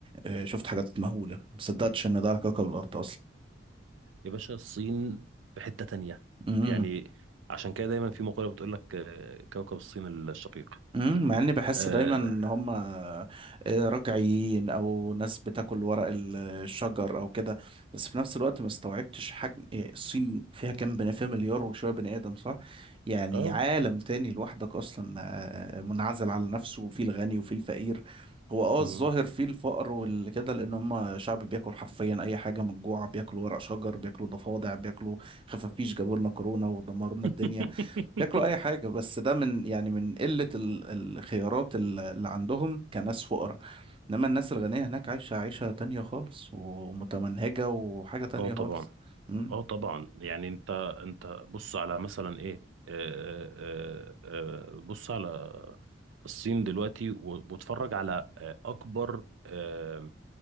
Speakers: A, on the right; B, on the right.
A: آه، شفت حاجات مهولة مصدقتش ان ده على كوكب الارض
B: يا باشا الصين في حتة تانية
A: اصلا
B: يعني عشان كده دايما في مقولة بتقول لك آه، كوكب الصين الشقيق
A: مم، مع اني بحس
B: اه
A: دايما ان هم رجعيين او ناس بتاكل ورق ال- الشجر او كده بس في نفس الوقت ما استوعبتش حجم إيه، الصين فيها كام بني فيها مليار وشويه بني ادم صح يعني
B: اه
A: عالم تاني لوحدك اصلا آه، منعزل على نفسه وفيه الغني وفيه الفقير هو اه
B: مم.
A: الظاهر فيه الفقر والكده لان هم شعب بياكل حرفيا اي حاجه من الجوع بياكلوا ورق شجر بياكلوا ضفادع بياكلوا خفافيش جابوا لنا كورونا ودمروا لنا
B: <laughs>
A: الدنيا ياكلوا اي حاجه بس ده من يعني من قله ال- الخيارات ال- اللي عندهم كناس فقراء انما الناس الغنيه هناك عايشه عيشه تانية خالص ومتمنهجه وحاجه تانية
B: اه طبعا
A: خالص امم
B: اه طبعا يعني انت انت بص على مثلا ايه آه، آه، آه، آه، بص على الصين دلوقتي و- واتفرج على آه، اكبر آه،